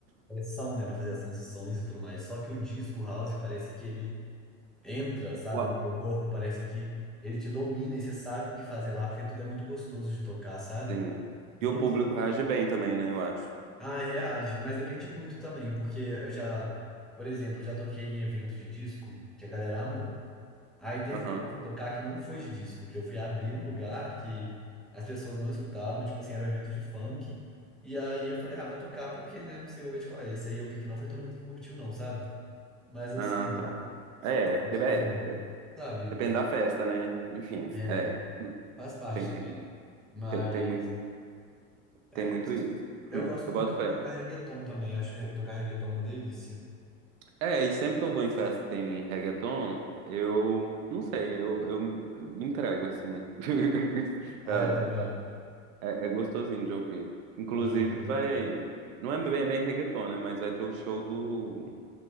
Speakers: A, in the centre; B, on the right.
A: pressão, né, para fazer as transições e tudo mais. Só que o disco house parece que ele entra, sabe,
B: Uau.
A: no teu corpo, parece que ele te domina e você sabe o que fazer lá, porque tudo é muito gostoso de tocar, sabe?
B: Sim.
A: Inclusive,
B: E o público reage bem também, né? Eu acho.
A: ah, reage, mas depende muito também, porque eu já, por exemplo, eu já toquei em evento de disco que a galera amou. Aí teve
B: Uhum.
A: um que eu fui tocar que não foi de disco, que eu fui abrir um lugar que as pessoas não escutavam, tipo assim, era um evento de funk. E aí eu falei, ah, vou tocar porque, né, não sei, vou ver de qual é. Isso aí eu vi que não foi todo mundo que curtiu, não, sabe? Mas assim,
B: Ah, tá. É,
A: faz parte
B: de-
A: também,
B: é, é,
A: sabe?
B: depende da festa, né? Enfim,
A: É,
B: é,
A: faz parte
B: tem, tem,
A: também. Mas
B: tem, tem muito,
A: é
B: tem muito
A: isso.
B: isso.
A: Eu
B: Hum,
A: gosto
B: Eu
A: muito
B: boto
A: de
B: fé.
A: tocar reggaeton também. Acho re- tocar reggaeton uma delícia.
B: É, e sempre que eu vou em festa e tem reggaeton, eu não sei, eu, eu, eu me entrego assim. <laughs>
A: Ah,
B: Ah,
A: eu também.
B: É, é gostosinho de ouvir. Inclusive
A: Eu acho uma delícia.
B: vai. Não é bem, bem reggaeton, né? Mas vai ter o show do